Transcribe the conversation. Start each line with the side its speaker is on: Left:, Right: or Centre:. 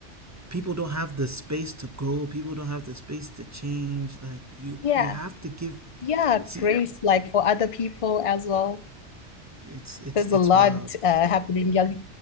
Right: people don't have the space to grow. People don't have the space to change. Like you,
Left: yeah.
Right: you have to give.
Left: Yeah,
Right: See,
Left: grace like for other people as well.
Right: it's it's
Left: There's
Right: it's
Left: a lot
Right: wild.
Left: uh, happening. Yeah,